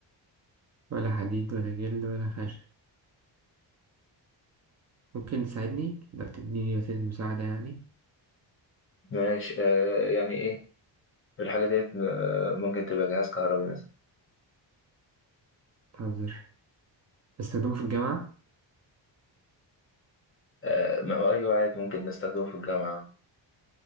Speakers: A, on the right; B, on the left.
A: ولا حديد ولا جلد ولا خشب ممكن تساعدني لو تديني وسيلة مساعدة يعني
B: <laughs> ماشي آه يعني ايه الحاجة ديت آه، ممكن تبقى جهاز كهربي مثلا
A: تهزر بستخدمه في الجامعة
B: آه، ما- أيوة عادي ممكن نستخدمه في الجامعة